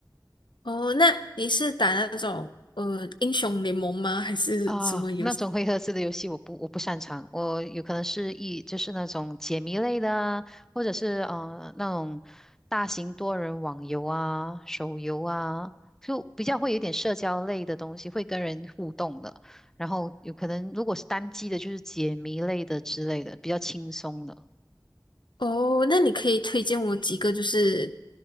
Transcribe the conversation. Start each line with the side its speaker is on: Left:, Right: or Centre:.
Left: 哦，那你是打那种呃英雄联盟吗？还是什么游戏？
Centre: 啊。那种回合制的游戏我不我不擅长，我有可能是一就是那种解谜类的啊，或者是呃那种大型多人网游啊、手游啊，就比较会有点社交类的东西，会跟人互动的。然后有可能如果是单机的，就是解谜类的之类的，比较轻松的。
Left: 哦，那你可以推荐我几个就是